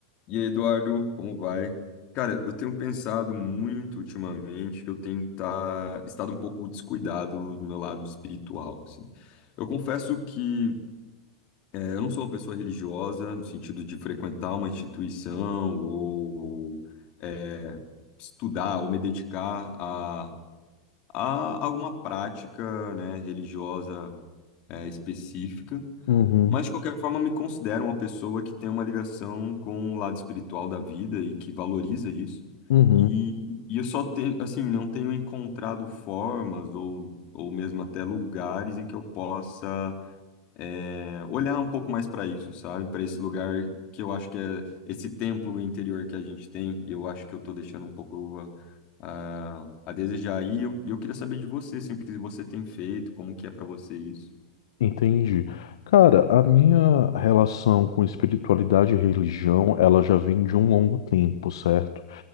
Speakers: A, on the left; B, on the left.
A: E aí, Eduardo, como vai? Cara, eu tenho pensado muito ultimamente que eu tenho tá, estado um pouco descuidado do meu lado espiritual, assim. Eu confesso que eh, eu não sou uma pessoa religiosa no sentido de frequentar uma instituição ou eh, estudar ou me dedicar a, a alguma prática, né, religiosa eh, específica.
B: Uhum,
A: Mas, de qualquer forma, me considero uma pessoa que tem uma ligação com o lado espiritual da vida e que valoriza isso.
B: uhum,
A: E, e eu só tenho, assim, não tenho encontrado formas ou, ou mesmo até lugares em que eu possa é, olhar um pouco mais para isso, sabe? Para esse lugar que eu acho que é esse templo interior que a gente tem. E eu acho que eu estou deixando um pouco a, a, a desejar. aí. E eu, eu queria saber de você, assim, o que você tem feito, como que é para você isso.
B: entendi. Cara, a minha relação com espiritualidade e religião, ela já vem de um longo tempo, certo?